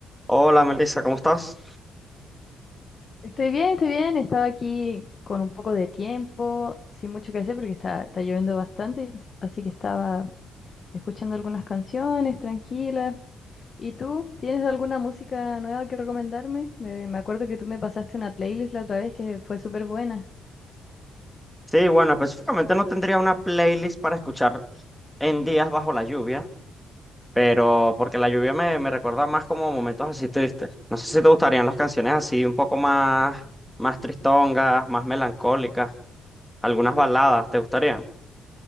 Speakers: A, in the centre; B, on the left.
A: Hola Melissa, ¿cómo estás?
B: Estoy bien, estoy bien. Estaba aquí con un poco de tiempo, sin mucho que hacer porque está, está lloviendo bastante, así que estaba escuchando algunas canciones tranquilas. ¿Y tú? ¿Tienes alguna música nueva que recomendarme? Me, me acuerdo que tú me pasaste una playlist la otra vez que fue súper buena.
A: Sí, bueno, específicamente no tendría una playlist para escuchar en días bajo la lluvia, pero porque la lluvia me, me recuerda más como momentos así tristes. No sé si te gustarían las canciones así un poco más, más tristongas, más melancólicas, algunas baladas, ¿te gustarían?